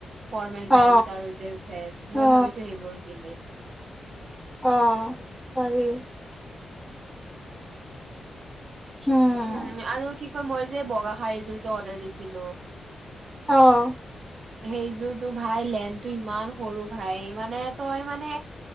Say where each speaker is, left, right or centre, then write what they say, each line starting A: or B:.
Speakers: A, on the right; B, in the centre.
A: ফৰ্মেল
B: অ
A: পেন চাৰ্ট জিন্স যে ড্ৰেছ
B: অ
A: মই ভাবিছো সেইবোৰ কিনিম।
B: অহ, পাৰি। হম
A: উম, আৰু কি কয় মই যে বগা শাৰীযোৰ যে অৰ্ডাৰ দিছিলো।
B: অহ',
A: সেইযোৰতটো ভাই লেনটো ইমান সৰু ভাই মানে তই মানে